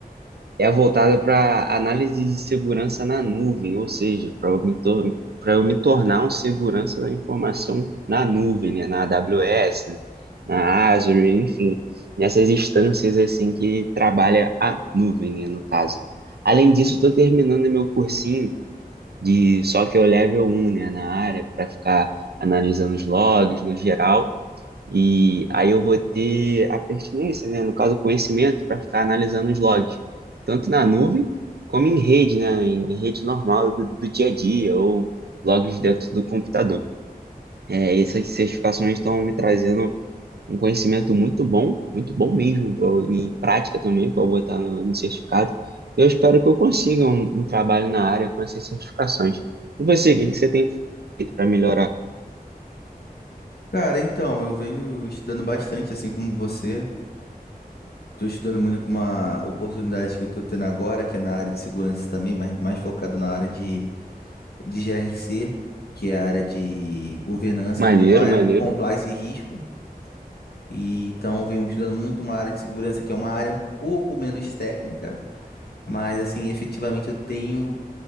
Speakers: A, on the right; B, on the left.
A: é voltada para análise de segurança na nuvem, ou seja, para eu, me tor- pra eu me tornar um segurança da informação na nuvem, né, na AWS, né, na Azure, enfim, nessas instâncias assim que trabalha a nuvem, né, no caso. Além disso, estou terminando meu cursinho de só que eu level 1, né, na área para ficar analisando os logs no geral e aí eu vou ter a pertinência, né? No caso, o conhecimento para ficar analisando os logs, tanto na nuvem como em rede, né? Em rede normal do, do dia a dia ou logs dentro do computador. É, essas certificações estão me trazendo um conhecimento muito bom, muito bom mesmo, pra, eu- e prática também para botar no, no certificado. Eu espero que eu consiga um, um trabalho na área com essas certificações. E você, o que que você tem feito para melhorar?
B: Cara, então, eu venho estudando bastante, assim como você. Tô estudando muito para uma oportunidade que eu tô tendo agora, que é na área de segurança também, mas mais focado na área de, de GRC, que é a área de governança,
A: Maneiro,
B: compliance,
A: maneiro,
B: compliance e risco. E então eu venho estudando muito uma área de segurança que é uma área um pouco menos técnica, mas assim, efetivamente eu tenho